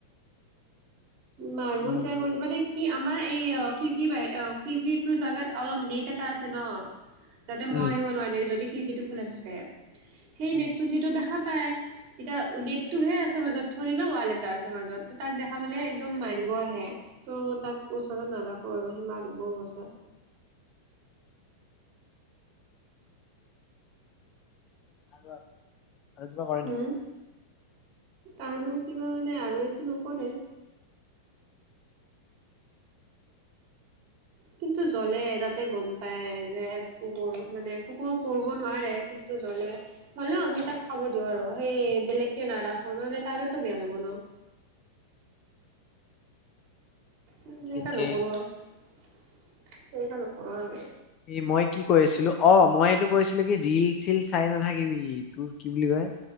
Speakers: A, on the right (about 35°); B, on the left (about 25°).
A: মাৰিব
B: উম
A: ট্ৰাই কৰি মানে কি আমাৰ এই অ খিৰিকী বাহি অ খিৰিকীটো জাগাত অলপ নেট এটা আছে ন যাতে
B: উম
A: মই আহিব নোৱাৰিল দে যদি খিৰিকীটো খোলা থাকে সেই
B: উম।
A: নেট যিটো দেখা পাই এতিয়া নেটটোহে আছে মাজত ধৰি ন ৱাল এটা আছে মাজত তাক দেখাবলে একদম মাৰিব আহে ত মই তাক ওচৰত নেদাখো আৰু সিমা দব বছৰ
B: আৰু আৰু আৰু কিবা কৰে
A: হম
B: নেকি
A: আৰু কিবা মানে আৰু একো নকৰে কিন্তু জ্বলে তাতে গম পায় যে কুৰ মানে কুকুৰ কৰিব নোৱাৰে কিন্তু জ্বলে হলেও আমি তাক খাব দিওঁ আৰু সেই বেলেগকে নাৰাখো নহলে তাৰতো বেয়া লব ন উ চিন্তা
B: ঠিকে
A: নকৰো আৰু সেই তেনেকুৱা নকৰো আমি
B: এই মই কি কৰি আছিলো অ মই এইটো কৈছিলো কি ৰিল চিলল চাই নাথাকিবি তোৰ কি বুলি কয়